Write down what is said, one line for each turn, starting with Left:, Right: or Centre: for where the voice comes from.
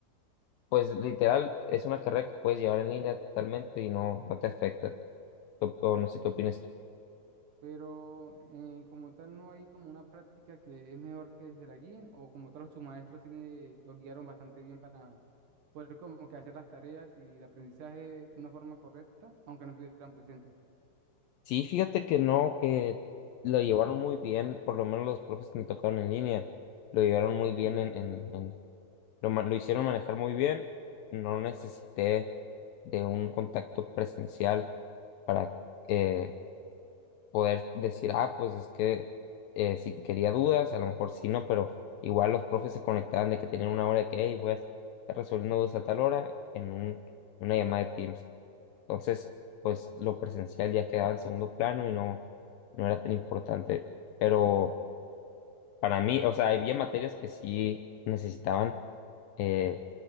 Left: pues literal, es una carrera que puedes llevar en línea totalmente y no, no te afecta. O, o no sé qué opinas tú.
Right: pero eh, como tal no hay como una práctica que es mejor que se la guíen o como tal sus maestros sí le- los guiaron bastante bien para poder como que hacer las tareas y el aprendizaje de una forma correcta, aunque no estuvieran presentes.
Left: Sí, fíjate que no, que lo llevaron muy bien, por lo menos los profes que me tocaron en línea, lo llevaron muy bien en, en, en Lo, ma- lo hicieron manejar muy bien. No necesité de un contacto presencial para eh, poder decir, ah, pues es que eh, si quería dudas, a lo mejor sí, no, pero igual los profes se conectaban de que tenían una hora de que, hey, voy a estar resolviendo dudas a tal hora en un, una llamada de Teams. Entonces, pues lo presencial ya quedaba en segundo plano y no, no era tan importante. Pero para mí, o sea, había materias que sí necesitaban. eh,